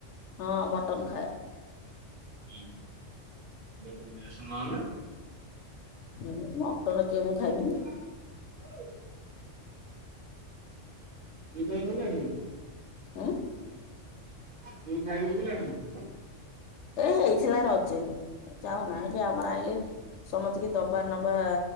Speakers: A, on the left; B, on the right.
A: ହଁ ମଟନ୍ ଖାଏ।
B: ଉଁ <unintelligible> ନହେଲେ।
A: ଉଁ ମଟନ କିଏ ମୁଁ ଖାଇବିନି।
B: <unintelligible> ଦି ଥର ହେନେ ବି ଜାଣିବନି।
A: ଉଁ।
B: ତୁ ଖାଇବୁନୁ ବୋଲି ଆଣୁନୁ।
A: ଏ ହେଇଥିଲା ରଜରେ ଯାଉନା ଏ ଆମର ଆଇଁଲେ ସମତିକି ଦବା ନବା